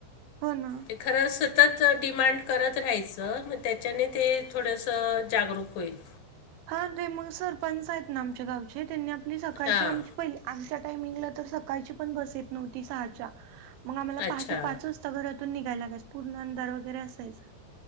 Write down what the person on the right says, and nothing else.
हो ना.
हा. ते मग सरपंच आहेत ना आमच्या गावचे, त्यांनी आपली सकाळची
आमची आमच्या टामिंगला तर सकाळची पण बस येत नव्हती सहाच्या मग आम्हाला पहाटे
पाच घरातून निघायला लागायचं पूर्ण अंधार वगैरे असायचा